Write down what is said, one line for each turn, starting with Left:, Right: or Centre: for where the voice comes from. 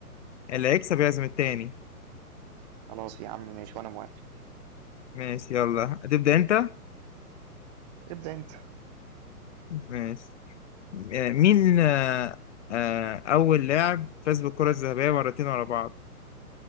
Left: اللي هيكسب يعزم التاني
Right: خلاص يا عم ماشي وأنا موافق
Left: ماشي يلا هتبدأ أنت؟
Right: ابدأ أنت
Left: ماشي آه مين آه آه أول لاعب فاز بالكرة الذهبية مرتين ورا بعض؟